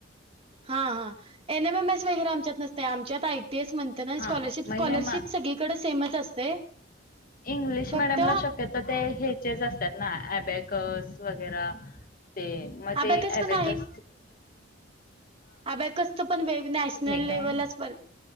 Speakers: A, on the right; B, on the left.
A: हा हा एन एम एम एस वगैरे आमच्यात नसते आमच्यात ऐतेस म्हण.
B: हा
A: स्कॉलरशिप
B: मग
A: स्कॉलरशिप
B: हे म
A: सगळीकडे सेमच असते
B: इंग्लिश
A: फक्त.
B: मिडियमला शक्यतो ते ह्याचेच असतात ना अबॅकस वगैरे. ते म
A: अबॅकस
B: ते अबे
A: पण
B: कस.
A: अभ्या कसत पण नॅशनल लेव्हललाच
B: काय?
A: प